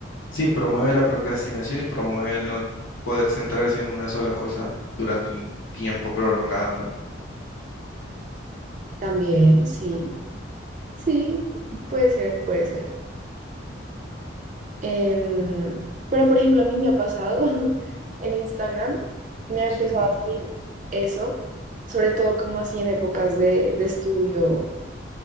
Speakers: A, on the left; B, on the right.
A: Sí, promueve la procrastinación y promueve el no poder centrarse en una sola cosa durante un tiempo prolongado, ¿no?
B: también, sí, sí, puede ser, puede ser. Em, pero, por ejemplo, a mí me ha pasado <laughs> en Instagram, me ha empezado
A: Sí,
B: a salir eso, sobre todo como así en épocas de, de estudio,